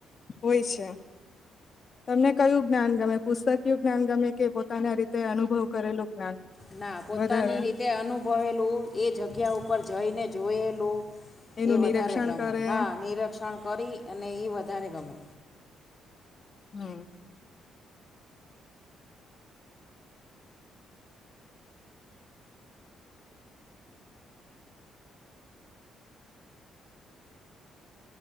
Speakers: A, on the left; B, on the left.
A: હોય છે તમને કયું જ્ઞાન ગમે પુસ્તકયું જ્ઞાન ગમે કે પોતાના રીતે અનુભવ કરેલું જ્ઞાન
B: ના પો પોતાની
A: વધારે
B: રીતે અનુભવેલું એ જગ્યા ઉપર જઈને જોયેલું
A: એનું
B: એ વધારે
A: નિરીક્ષણ
B: ગમે
A: કરે
B: હા નિરીક્ષણ કરી અને ઈ વધારે ગમે.
A: હમ